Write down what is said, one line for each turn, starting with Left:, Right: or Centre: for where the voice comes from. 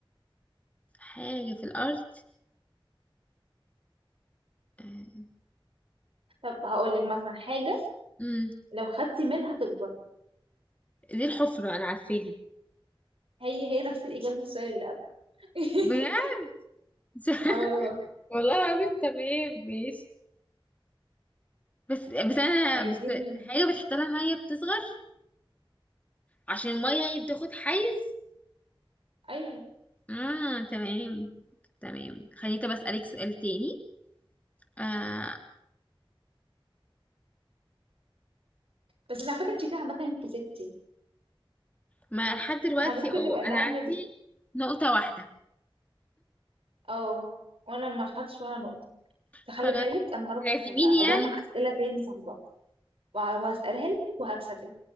Left: حاجة في الارض آه...
Right: طب هقول لك مثلا حاجه
Left: مم.
Right: لو خدتي منها تكبر
Left: دي الحفرة انا عارفاها
Right: هي هي نفس الإجابة السؤال اللي قبل <laughs>
Left: بجد <laughs>
Right: اه والله
Left: والله العظيم تمام ماشي بس بس انا
Right: ع- عايزين
Left: بس حاجة بتحط لها مية بتصغر عشان المية يعني بتاخد حيز
Right: ايوه
Left: آه تمام تمام خليني طب أسألك سؤال تاني آه
Right: بس على فكرة انت كده عامة انت ستي
Left: ما لحد دلوقتي
Right: احنا ممكن
Left: اه
Right: نبقى نعمل
Left: أنا عندي نقطة واحدة
Right: اه وانا ما خدتش ولا نقطة فخلي
Left: خلاص
Right: بالك انا هروح
Left: هتعزميني
Right: اجمع
Left: يعني
Right: اسئلة تاني صعبة وه- وهسألها لك وهكسبك